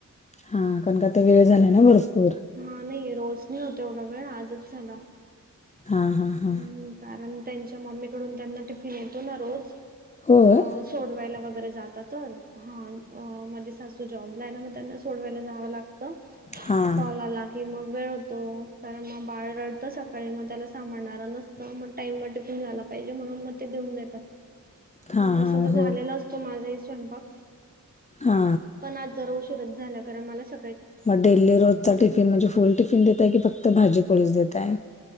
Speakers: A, on the left (about 20°); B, on the right (about 25°).
A: हा कारण का आता वेळ झालाय ना भरपूर.
B: हा नाही रोज नाही होत एवढा वेळ आजच झाला.
A: हा हा. हा
B: हम कारण त्यांच्या मम्मीकडून त्यांना टिफिन येतो ना रोज
A: होय
B: तर सोडवायला वगैरे जात तर हा अं माझे सासू <unintelligible> त्यांना सोडवायलाव जाव लागत
A: हा
B: कॉल आला की मग वेळ होतो कारण म बाळ रडतं सकाळी मग त्याला स सांभळणारा नसतं म टाइमवर टिफीन झाला पाहिजे म्हणून मग ते देऊन जा ता,
A: हा
B: पण तस
A: हा
B: तर झालेला
A: हो
B: असतो माझे स्वयंपाक.
A: हा,
B: पण आज जरा उशीरच झाला कराण मला स
A: मग डेली रोजचा टिफिन म्हणजे फुल टिफिन देतय की फक्त भाजी पोळीच देताय?